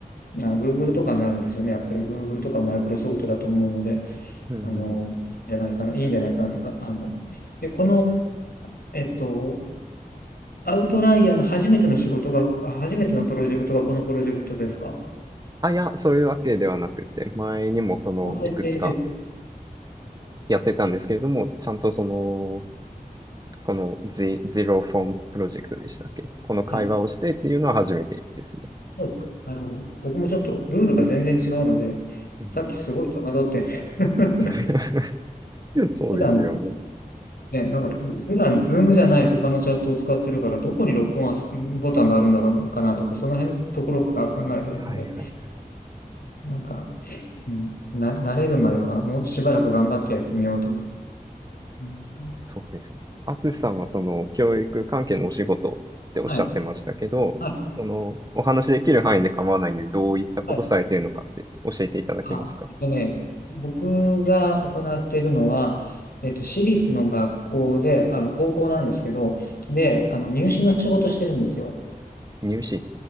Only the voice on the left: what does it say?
あの Google とかになるんですよね。やっぱり Google とか Microsoft だと思うので、
あの、いいんじゃないかな、いいんじゃないかなというか、あの、で、この、えっと、アウトライヤーの初めての仕事が、あ初めてのプロジェクトがこのプロジェクトですか
音声系です。
はい、そうですか。なるほど。僕もちょっとルールが全然違うので、
さっきすごい戸惑って <laughs>
普段、ね、なんか、普段、ズームじゃない他のチャットを使ってるから、どこに録音ボタンがあるんだかなとか、その辺のところから考えてたので、
なんか、うん、な、慣れるまではもうしばらく頑張ってやってみようと思って。うん
はい、はい、
はい。あ、えっとね、僕が行っているのは、えっと、私立の学校で、あの、高校なんですけど、で、あの、入試の仕事してるんですよ。